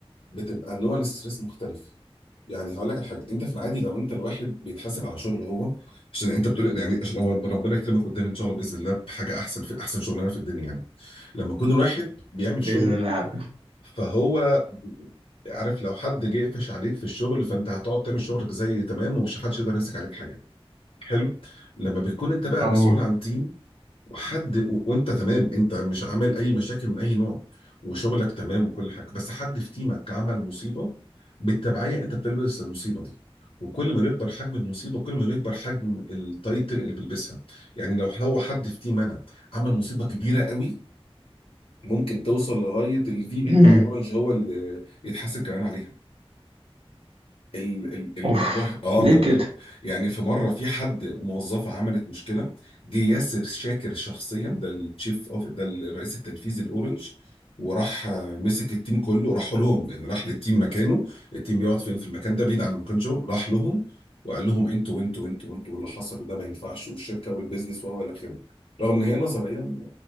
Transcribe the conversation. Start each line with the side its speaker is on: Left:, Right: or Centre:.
Left: بتبقى نوع الاستريس مختلف يعني هقول لك على حاجه انت في العادي لو انت الواحد بيتحاسب على شغله هو عشان انت بتقول يعني عشان هو ربنا يكرمك قدام ان شاء الله باذن الله بحاجه احسن في احسن شغلانه في الدنيا يعني لما يكون الواحد بيعمل
Right: باذن
Left: شغله
Right: الله حبيبي
Left: فهو عارف لو حد جه قفش عليك في الشغل فانت هتقعد تعمل شغلك زي تمام ومش حدش يقدر يمسك عليك حاجه حلو لما بتكون انت بقى
Right: اه
Left: مسؤول عن تيم وحد و... وانت تمام انت مش عامل اي مشاكل من اي نوع وشغلك تمام وكل حاجه بس حد في تيمك عمل مصيبه بالتبعيه انت بتلبس المصيبه دي وكل ما بيكبر حجم المصيبه كل ما بيكبر حجم التايتل اللي بيلبسها يعني لو هو حد في تيم انا عمل مصيبه كبيره قوي ممكن توصل لغايه الفي بي
Right: مم.
Left: بتاع اورنج هو اللي يتحاسب كمان عليها ال- ال- الموضوع
Right: اوف
Left: اه
Right: ليه
Left: ما انا
Right: كده
Left: بقول يعني في مره في حد موظفه عملت مشكله جه ياسر شاكر شخصيا ده التشيف اوف ده الرئيس التنفيذي الاورنج وراح آه، مسك التيم كله راح لهم لان راح للتيم مكانه التيم بيقعد فين في المكان ده بعيد عن مكان شغل راح لهم وقال لهم انتوا انتوا انتوا انتوا واللي حصل وده ما ينفعش والشركه والبيزنس وهو الى اخره رغم ان هي نظريا